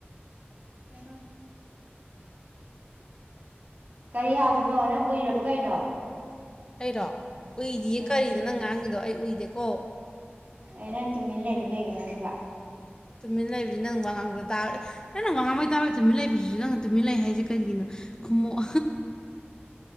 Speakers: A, on the right (about 45°); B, on the left (about 20°).
A: ꯎꯝ ꯀꯔꯤ ꯍꯥꯏꯕꯅꯣ ꯅꯪ ꯎꯏꯔꯕ ꯀꯩꯅꯣ
B: ꯑꯩꯔꯣ ꯎꯏꯗꯤꯌꯦ
A: ꯎꯝ
B: ꯀꯔꯤꯅꯣ ꯅꯪ ꯉꯥꯡꯉꯤꯗꯣ ꯑꯩ ꯎꯏꯗꯦꯀꯣ
A: ꯑꯩ ꯅꯪ ꯇꯨꯃꯤꯟ ꯂꯩꯗ ꯀꯩꯒꯤꯅꯣ ꯑꯗꯨꯒ
B: ꯇꯨꯃꯤꯟ ꯂꯩꯕꯁꯤꯅ ꯅꯪ ꯋꯥ ꯉꯥꯡꯕꯗ ꯇꯥꯔꯦ ꯅꯪ ꯋꯥ ꯉꯥꯡꯕꯩ ꯇꯥꯔꯦ ꯇꯨꯃꯤꯟ ꯂꯩꯕꯁꯤꯁꯨ ꯅꯪ ꯇꯨꯃꯤꯟ ꯂꯩ ꯍꯥꯏꯁꯦ ꯀꯔꯤꯒꯤꯅꯣ ꯈꯃꯣꯛ